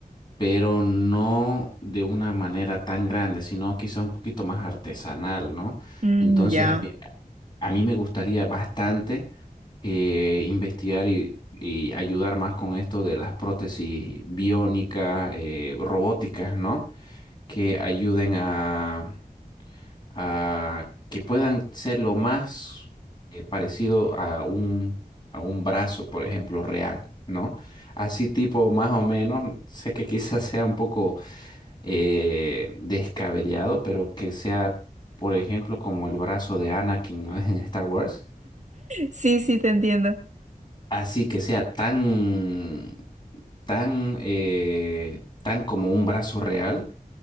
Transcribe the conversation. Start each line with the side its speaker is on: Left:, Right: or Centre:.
Left: pero no de una manera tan grande, sino quizás un poquito más artesanal, ¿no?
Right: Mm,
Left: Entonces,
Right: ya.
Left: a mí,
Right: <laughs>
Left: a mí me gustaría bastante eh, investigar y, y ayudar más con esto de las prótesis biónicas, eh, robóticas, ¿no? Que ayuden a a que puedan ser lo más eh, parecido a un, a un brazo, por ejemplo, real, ¿no? Así tipo, más o menos, <laughs> sé que quizás sea un poco eh, descabellado, pero que sea, por ejemplo, como el brazo de Anakin, ¿no? <laughs> En Star Wars.
Right: Sí, sí, te entiendo.
Left: Así que sea tan, tan, eh, tan como un brazo real